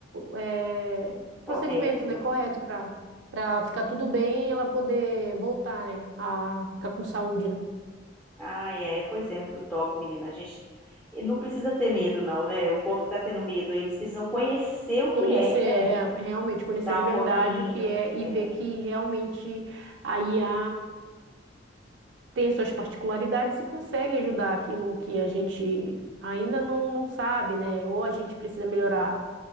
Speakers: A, on the right (about 70°); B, in the centre.
A: é, procedimento,
B: Correto.
A: né, correto para para ficar tudo bem, e ela poder voltar, né, a ficar com saúde, né?
B: Ah, é, pois é, muito top, menina. A gente não precisa ter medo, não, né? O povo que tá tendo medo aí, eles precisam conhecer o
A: Conhecer,
B: que é,
A: é,
B: né?
A: realmente conhecer
B: Estudar
A: de verdade
B: um pouquinho.
A: o que é e
B: É.
A: ver que realmente a IA tem suas particularidades e consegue ajudar aquilo que a gente ainda não, não sabe, né? Ou a gente precisa melhorar.